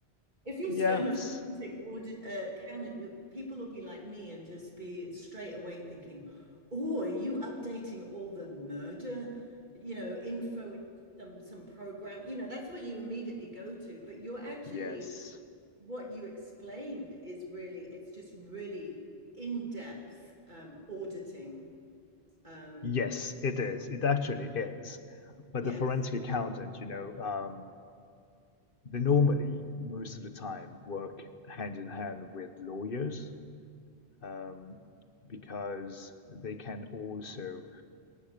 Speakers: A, on the right; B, on the left.
A: if you
B: yes,
A: say I'm a <laughs> forensic audit uh, accountant, you people will be like me and just be straight away thinking, "Oh, are you updating all the murder, you know, info in some some program?" You know, that's what you immediately go to. But you're actually
B: <laughs> yes,
A: what you explained is really it's just really in-depth um, auditing. Um,
B: yes, it is. It actually is. But
A: yes,
B: the forensic accountant, you know, um, they normally, most of the time, work hand in hand with lawyers um, because they can also